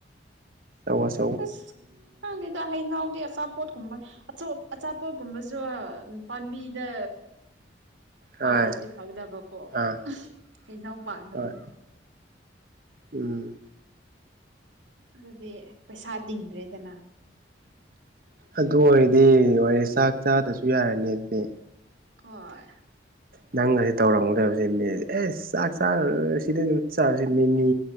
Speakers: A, on the right; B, on the right.
A: ꯆ
B: ꯑꯁ ꯈꯪꯗꯦꯗ ꯍꯩꯅꯥꯎꯗꯤ ꯑꯆꯥꯄꯣꯠꯀꯨꯝꯕ ꯑꯆꯥꯄꯣꯠꯀꯨꯝꯕꯁꯨ ꯄꯥꯝꯕꯤꯗ
A: ꯍꯣꯏ
B: ꯄꯥꯜꯂꯗꯤ ꯐꯗꯕꯀꯣ
A: ꯑꯥ
B: ꯍꯩꯅꯎ ꯄꯥꯜꯂꯒꯨꯝ
A: ꯍꯣꯏ ꯎꯝ <unintelligible> <inaudible>
B: ꯑꯗꯨꯗꯤ ꯄꯩꯁꯥ ꯇꯤꯡꯗ꯭ꯔꯦꯗꯅ
A: ꯑꯗꯨ ꯑꯣꯏꯔꯗꯤ ꯑꯣꯏꯔꯦ ꯆꯥꯛ ꯆꯥꯗꯁꯨ ꯌꯥꯔꯅꯤ ꯑꯗꯨꯗꯤ
B: ꯍꯣꯏ <unintelligible> <inaudible>
A: ꯅꯪꯁ ꯇꯧꯔꯝꯒꯗꯕꯁꯦ ꯃꯁ ꯑꯦ ꯆꯥꯛ ꯆꯥꯔꯁꯤꯗ ꯑꯗꯨꯝ ꯆꯥꯔꯁꯤ ꯃꯤꯃꯤ